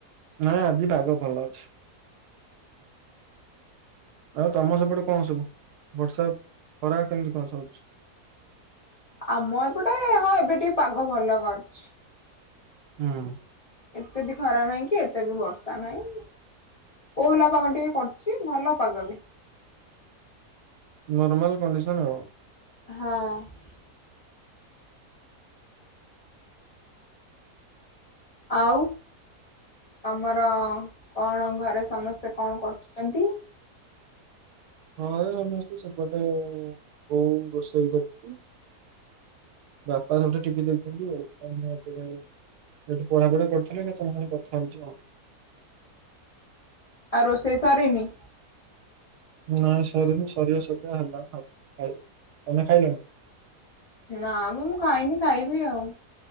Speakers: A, on the right; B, on the left.
A: ନାଇ ଆଜି ପାଗ ଭଲ ଅଛି। ଆଉ ତମ ସେପଟେ କଣ ସବୁ ବର୍ଷା ଖରା କେମିତି କଣ ଚାଲୁଚି?
B: ଆମ ଏପଟେ ହଁ ଏବେ ଟିକେ ପାଗ ଭଲ କରିଛି।
A: ହୁଁ।
B: ଏତେ ବି ଖରା ନାହିଁ। କି ଏତେ ବି ବର୍ଷା ନାହିଁ। କୋହଲା ପାଗ ଟିକେ କରୁଛି। ଭଲ ପାଗ ବି।
A: ନର୍ମାଲ କଣ୍ଡିସନ ଆଉ।
B: ହଁ। ଆଉ ତମର କଣ ଘରେ ସମସ୍ତେ କଣ କରୁଛନ୍ତି?
A: ହଁ ସମସ୍ତେ ସେପଟେ ବୋଉ ରୋଷେଇ କରୁଛି। ବାପା ସବୁଠୁ ଟିଭି ଦେଖୁଛନ୍ତି ଆଉ। ଆମେ ଏପଟେ ସେଇଠି ପଢାପଢି କରୁଥିଲେ। ଏଇନା ତମ ସାଙ୍ଗେ କଥା ହଉଛି ଆଉ।
B: ଆଉ ରୋଷେଇ ସରିନି।
A: ନାଇଁ ସରିନି ସରିବା ସରିଆ ହେଲାଣି ଆଉ। ଖାଇବି ତମେ ଖାଇଲଣି?
B: ନା ମ ମୁଁ ଖାଇନି ଖାଇବି ଆଉ।